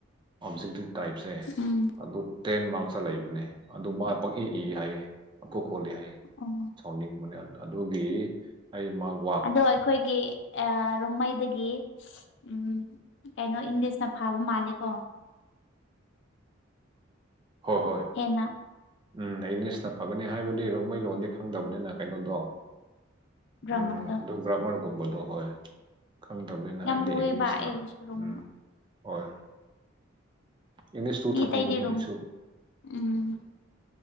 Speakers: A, on the right; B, on the left.
A: ꯑꯣꯕꯖꯦꯛꯇꯤꯚ ꯇꯥꯏꯞꯁꯦ
B: ꯎꯝ
A: ꯑꯗꯨ ꯇꯦꯟ ꯃꯥꯛ ꯂꯩꯕꯅꯦ ꯑꯗꯨ ꯃꯥ ꯄꯪꯏ ꯏ ꯍꯥꯏꯌꯦ ꯄꯪꯈꯨ ꯈꯣꯜꯂꯦ ꯍꯥꯏꯌꯦ
B: ꯑꯣ
A: ꯁꯥꯎꯅꯤꯡ ꯑꯗꯨꯒꯤ ꯑꯩ ꯃꯥ <unintelligible>
B: ꯑꯗꯣ ꯑꯩꯈꯣꯏꯒꯤ ꯑꯥ ꯔꯣꯡꯃꯩꯗꯒꯤ ꯎꯝ ꯀꯩꯅꯣ ꯏꯪꯂꯤꯁꯅ ꯐꯥꯕ ꯃꯥꯜꯂꯦꯀꯣ
A: ꯍꯣꯏ ꯍꯣꯏ
B: ꯍꯦꯟꯅ
A: ꯎꯝ ꯏꯪꯂꯤꯁꯅ ꯐꯥꯒꯅꯤ ꯍꯥꯏꯕꯗꯤ ꯔꯣꯡꯃꯩ ꯂꯣꯟꯗꯤ ꯈꯪꯗꯕꯅꯤꯅ ꯀꯩꯅꯣꯗꯣ
B: ꯒ꯭ꯔꯥꯃꯔꯗꯣ
A: ꯎꯝ ꯑꯗꯨ ꯕ꯭ꯔꯥꯍꯃꯟ ꯀꯨꯝꯕꯗꯨ ꯍꯣꯏ ꯈꯪꯗꯕꯅꯤꯅ
B: ꯌꯥꯝ
A: ꯑꯩꯗꯤ
B: ꯂꯨꯑꯦꯕ
A: ꯏꯪꯂꯤꯁꯇ
B: ꯑꯩꯒꯤꯁꯨ ꯔꯨꯝ
A: ꯎꯝ ꯍꯣꯏ ꯏꯪꯂꯤꯁꯇꯨ
B: ꯃꯤ
A: ꯊꯝꯈꯤꯕꯅꯦ
B: ꯑꯇꯩꯗꯤ ꯔꯨꯝ
A: ꯑꯩꯁꯨ
B: ꯎꯝ